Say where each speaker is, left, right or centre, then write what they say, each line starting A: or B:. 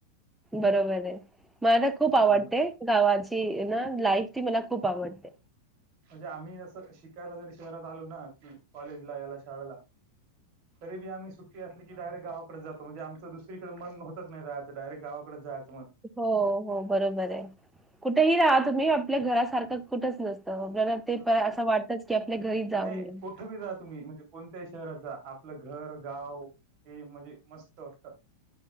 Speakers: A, in the centre; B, on the right.
A: बरोबर आहे मला तर खूप
B: हो
A: आवडते
B: ना
A: गावाची ना लाईफ ती मला खूप आवडते
B: म्हणजे आम्ही असं शिकायला जरी शहरात आलो ना की कॉलेजला याला शाळाला तरी बी आम्ही सुट अस क डारेक्टावाकडे जातो म्हणे आमच दुसरीकडे मन होच नाही त्या डायरेट गाकडेात
A: हो हो बरोबर आहे कुठेही राहा तुम्ही आपल्या घरा सारखं कुठंच नसत ब ते
B: हम्म
A: असं वाटत की आपल्या घरी जाऊया
B: नाही कुठं बी जा तुम्ही म्हणजे कोणत्याही शहराचा आपलं घर गाव हे म्हणजे मस्त वाटत